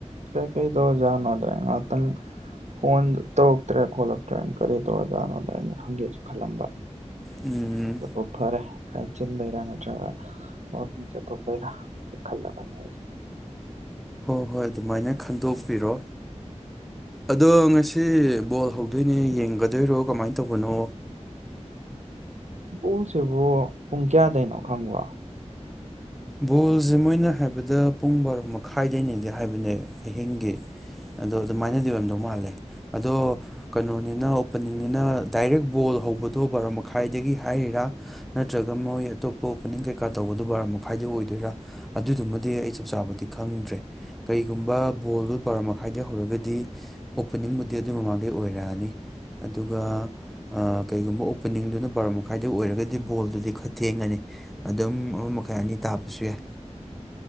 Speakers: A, on the right (about 70°); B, in the centre.
A: ꯀꯩꯀꯩ ꯇꯧꯔꯖꯥꯠꯅꯣꯗ ꯉꯥꯏꯍꯥꯛꯇꯪ ꯐꯣꯟ ꯇꯧꯔꯛꯇ꯭ꯔꯦ ꯈꯣꯠꯂꯛꯇ꯭ꯔꯦ ꯀꯔꯤ ꯇꯧꯔꯖꯥꯠꯅꯣꯗ ꯑꯩꯅ ꯍꯪꯒꯦꯁꯨ ꯈꯜꯂꯝꯕ
B: ꯎꯝ
A: ꯑꯗꯨꯕꯨ ꯐꯔꯦ ꯈꯔ ꯆꯤꯟꯕꯩꯔꯥ ꯅꯠꯇ꯭ꯔꯒ ꯋꯥꯋꯀꯤꯡ ꯆꯠꯊꯣꯛꯄꯩꯔꯥ ꯈꯜꯂꯒꯅꯤ ꯑꯩꯁꯨ
B: ꯍꯣꯏ ꯍꯣꯏ ꯑꯗꯨꯃꯥꯏꯅ ꯈꯟꯗꯣꯛꯄꯤꯔꯣ ꯑꯗꯣ ꯉꯁꯤ ꯕꯣꯜ ꯍꯧꯗꯣꯏꯅꯦ ꯌꯦꯡꯒꯗꯣꯏꯔꯣ ꯀꯃꯥꯏꯅ ꯇꯧꯕꯅꯣ
A: ꯕꯣꯁꯤꯕꯨ ꯄꯨꯡ ꯀꯌꯥꯗꯩꯅꯣ ꯈꯪꯕ꯭ꯔꯣ
B: ꯕꯣꯜꯁꯦ ꯃꯣꯏꯅ ꯍꯥꯏꯕꯗ ꯄꯨꯡ ꯕꯥꯔꯣ ꯃꯈꯥꯏꯗꯅꯦꯗꯤ ꯍꯥꯏꯕꯅꯦ ꯑꯍꯤꯡꯒꯤ ꯑꯗꯣ ꯑꯗꯨꯃꯥꯏꯅꯗꯤ ꯑꯣꯏꯔꯝꯗꯧ ꯃꯥꯜꯂꯦ ꯑꯗꯣ ꯀꯩꯅꯣꯅꯤꯅ ꯑꯣꯄꯅꯤꯡꯅꯤꯅ ꯗꯥꯏꯔꯦꯛ ꯕꯣꯜ ꯍꯧꯕꯗꯣ ꯕꯥꯔꯣ ꯃꯈꯥꯏꯗꯒꯤ ꯍꯥꯏꯔꯤꯔꯥ ꯅꯠꯇ꯭ꯔꯒ ꯃꯣꯏ ꯑꯇꯣꯞꯄ ꯑꯣꯄꯅꯤꯡ ꯀꯩꯀꯥ ꯇꯧꯕꯗꯣ ꯕꯥꯔꯣ ꯃꯈꯥꯏ ꯑꯣꯏꯗꯣꯏꯔꯥ ꯑꯗꯨꯗꯨꯃꯗꯤ ꯑꯩ ꯆꯞ ꯆꯥꯕꯗꯤ ꯈꯪꯗ꯭ꯔꯦ ꯀꯩꯒꯨꯝꯕ ꯕꯣꯜꯗꯨ ꯄꯕꯔ ꯃꯈꯥꯏꯗꯩ ꯍꯧꯔꯒꯗꯤ ꯑꯣꯄꯅꯤꯡꯕꯨꯗꯤ ꯑꯗꯨꯒꯤ ꯃꯃꯥꯡꯗꯩ ꯑꯣꯏꯔꯛꯑꯅꯤ ꯑꯗꯨꯒ ꯀꯩꯒꯨꯝꯕ ꯑꯣꯄꯅꯤꯡꯗꯨꯅ ꯄꯕꯔ ꯃꯈꯥꯏꯗ ꯑꯣꯏꯔꯒꯗꯤ ꯕꯣꯜꯗꯨꯗꯤ ꯈꯔ ꯊꯦꯡꯉꯅꯤ ꯑꯗꯨꯝ ꯈꯔ ꯑꯅꯤ ꯇꯥꯕꯁꯨ ꯌꯥꯏ